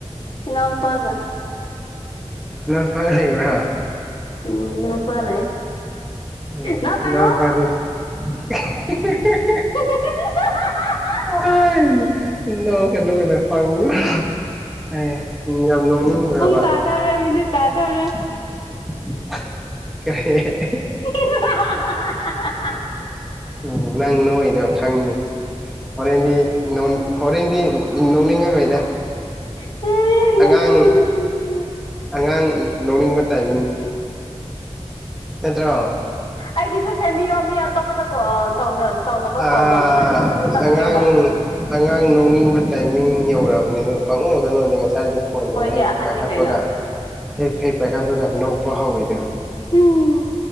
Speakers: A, on the left; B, in the centre.
A: ꯏꯅꯥꯎꯅꯨꯄꯥꯒ
B: ꯅꯪ ꯀꯥꯏ ꯂꯩꯕ꯭ꯔꯥ
A: ꯎꯝ ꯏꯅꯥꯎꯄꯥ ꯂꯩ
B: ꯑꯣ
A: ꯅꯣꯛꯀꯅꯨ
B: ꯅꯅꯥꯎꯄꯥꯗꯤ <unintelligible>
A: <unintelligible>
B: <unintelligible> ꯅ‌ꯣꯛꯀꯅꯨ ꯀꯩꯅꯣ ꯄꯪꯅ‌ꯣꯛ ꯑꯥꯏ ꯌꯥꯝ ꯅꯣꯛꯅꯤꯡꯕ꯭ꯔꯕ
A: ꯇꯥꯗꯥꯔ‌ꯦ ꯃꯤꯅꯤꯠ ꯇꯥꯗꯧꯔꯦ
B: <inaudible> <unintelligible>
A: <unintelligible>
B: ꯎꯝ ꯅꯪ ꯅꯣꯏꯗꯣ ꯈꯪꯅꯤ ꯍꯣꯔꯦꯟꯗꯤ ꯍꯣꯔꯦꯟꯗꯤ ꯅꯣꯛꯅꯤꯡꯉꯔꯣꯏꯗ
A: <unintelligible>
B: ꯑꯉꯥꯡ
A: ꯁꯤꯁꯤꯅ
B: ꯑꯉꯥꯡ ꯅꯣꯛꯅꯤꯡꯕ ꯇꯥꯏꯃꯤꯡꯅꯤ ꯅꯠꯇꯔꯣ
A: ꯑꯩꯒꯤꯁꯨ ꯁꯦꯝꯕꯤꯌꯣ ꯃꯤ ꯑꯇꯣꯞꯄꯗ ꯇꯧꯅꯕ
B: ꯑꯥ
A: ꯀꯣꯜ ꯇꯧꯅꯕ ꯑꯩꯉꯣꯟꯗꯁꯨ ꯇꯥꯛꯄꯤꯌꯣꯕ
B: ꯑꯉꯥꯡ ꯑꯉꯥꯡ ꯂꯧꯅꯤꯡꯕ ꯇꯥꯏꯃꯤꯡ ꯌꯧꯔꯕꯅꯦ ꯑꯗꯨꯅ <unintelligible> ꯉꯁꯥꯏꯁꯨ ꯐꯣꯟ
A: ꯑꯩꯈꯣꯏꯗꯤ
B: ꯇꯧꯔꯒ ꯍꯦꯛ
A: ꯑꯍꯟꯅꯤ
B: ꯄꯥꯏꯈꯠꯄꯒ
A: ꯀꯩꯅꯣ
B: ꯍꯦꯛ ꯍꯦꯛ ꯄꯥꯏꯈꯠꯄꯒ ꯅꯣꯛꯄ ꯍꯧꯔꯤꯗꯣ
A: ꯎꯝ